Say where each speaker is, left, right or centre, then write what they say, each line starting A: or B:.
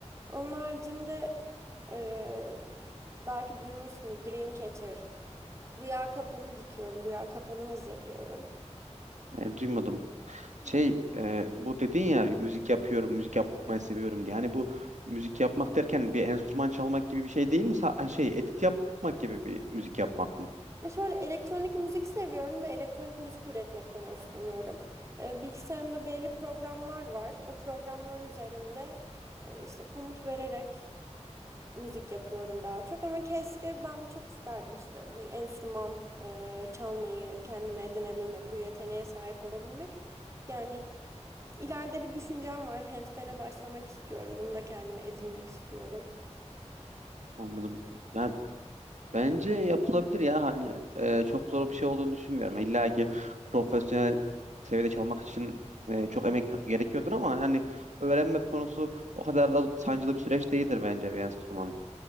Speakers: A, on the right (about 25°); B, on the right (about 85°).
A: Onun haricinde eee belki duymuşsunuz Dreamcatcher. Rüya kapanı dikiyorum. Rüya kapanı hazırlıyorum.
B: Hayır, duymadım.
A: Hmm.
B: Şey e, bu dedin ya müzik yapıyorum, müzik yapmayı seviyorum diye. Hani bu müzik yapmak derken bir enstrüman çalmak gibi bir şey değil mi? Sa- hani şey edit yapmak gibi bir müzik yapmak mı?
A: Ya şöyle elektronik müzik seviyorum ve elektronik müzik üretmekten hoşlanıyorum. Ee, bilgisayarımda belli programlar var. O programlar üzerinde e, işte komut vererek müzik yapıyorum daha çok. Ama keşke ben çok isterdim işte bir enstrüman e, çalmayı kendime edinebilmek, bu yeteneğe sahip olabilmek. Yani ileride bir düşüncem var. Handpan'e başlamak istiyorum. Bunu da kendime edinmek istiyorum.
B: Anladım. Ya, bence yapılabilir ya hani e, çok zor bir şey olduğunu düşünmüyorum. İlla ki profesyonel seviyede çalmak için e, çok emek gerekiyordur ama yani öğrenmek konusu o kadar da sancılı bir süreç değildir bence bir enstrümanı.